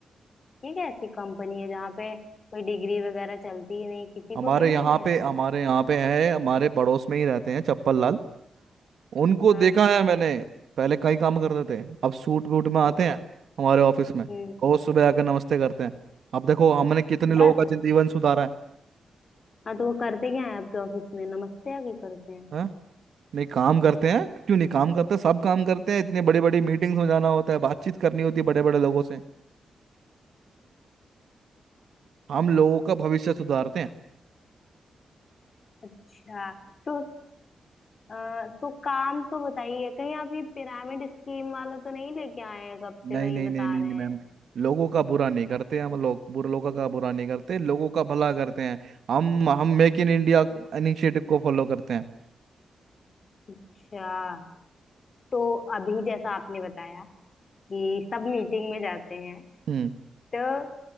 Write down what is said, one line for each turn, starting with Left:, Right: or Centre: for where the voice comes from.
Left: ये कैसी कंपनी है जहाँ पे कोई डिग्री वगैरह चलती ही नहीं किसी
Right: हमारे
Left: को भी
Right: यहाँ
Left: ले ले रहे
Right: पे हमारे
Left: हैं
Right: यहाँ पे है हमारे पड़ोस में ही रहते हैं चप्पल लाल उनको
Left: हाँ
Right: देखा है मैंने पहले कई काम करते थे अब सूट वूट में आते
Left: अच्छ-
Right: हैं हमारे ऑफिस में
Left: हम्म,
Right: रोज सुबह आकर नमस्ते करते हैं अब देखो हमने कितने
Left: बस
Right: लोगों का जीवन सुधारा है
Left: हाँ तो वो करते क्या है आपके ऑफिस में नमस्ते आगे करते हैं
Right: हैं? नहीं काम करते हैं क्यों नहीं काम करते सब काम करते हैं इतने बड़ी बड़ी मीटिंग्स में जाना होता है बातचीत करनी होती है बड़े बड़े लोगों से हम लोगों का भविष्य सुधारते हैं
Left: अच्छा तो आ, तो काम तो बताइए कहीं आप ये पिरामिड स्कीम वाला तो नहीं लेके आए हैं कब से
Right: नहीं
Left: वही
Right: नहीं
Left: बता
Right: नहीं नहीं,
Left: रहे
Right: नहीं
Left: हैं
Right: मैम लोगों का बुरा नहीं करते हम लोग बुरे लोगों का बुरा नहीं करते लोगों का भला करते हैं हम हम मेक इन इंडिया इनिशिएटिव को फॉलो करते हैं
Left: अच्छा तो अभी जैसा आपने बताया कि सब मीटिंग में जाते हैं
Right: हम्म
Left: तो